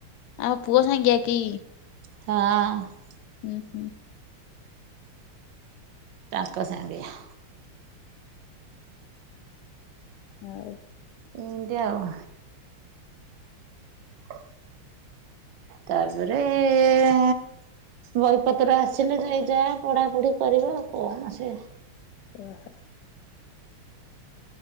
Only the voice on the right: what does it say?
ହଁ ଅ
ତାଙ୍କ ସାଙ୍ଗିଆ
ଏମିତି ଆଉ ଅ ତାପରେ ଏଁ ବହିପତ୍ର ଆସିଲେ ଯାଇ ଯା ପଢ଼ାପଢ଼ି କରିବ କଣ ସେ